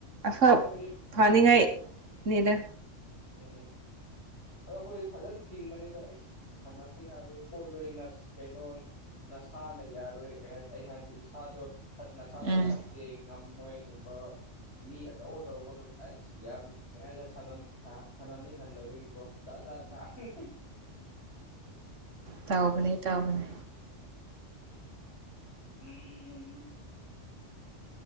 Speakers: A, on the right (about 85°); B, on the left (about 60°).
A: ꯑꯐ
B: ꯑꯩꯈꯣꯏꯗꯤ
A: ꯐꯥꯅꯤꯡꯉꯥꯏꯅꯤꯗ
B: ꯎꯝ ꯑꯗꯣ ꯑꯩꯈꯣꯏ ꯐꯖꯅ ꯊꯤꯡꯕꯅꯤꯗ ꯏꯁ ꯁꯥꯟꯅꯕ ꯌꯥꯔꯣꯏ ꯈꯣꯠꯂꯣꯏꯅ ꯑꯁ ꯀꯩꯅꯣ ꯅꯁꯥꯅ ꯌꯥꯔꯣꯏ ꯀꯩ ꯍꯥꯏ ꯑꯩꯅ ꯍꯥꯏꯕꯗꯤ ꯏꯁꯥꯗꯣ ꯐꯠ ꯅꯁꯥꯗꯣ
A: ꯎꯝ
B: ꯐꯠꯇꯦ ꯉꯝꯃꯣꯏꯒꯨꯝꯕ ꯃꯤ ꯑꯆꯧ ꯑꯆꯧꯕꯒ ꯑꯁ ꯌꯥꯝ ꯀꯩ ꯍꯥꯏꯇꯥꯔꯦ ꯁꯥꯟꯅ ꯁꯥꯟꯅꯍꯟꯅꯤꯡꯗꯕꯒꯤ ꯑꯣ ꯖꯥꯠ ꯖꯥꯠ ꯉꯥꯡꯉꯤ
A: ꯇꯧꯕꯅꯦ ꯇꯧꯕꯅꯦ
B: <inaudible> <unintelligible>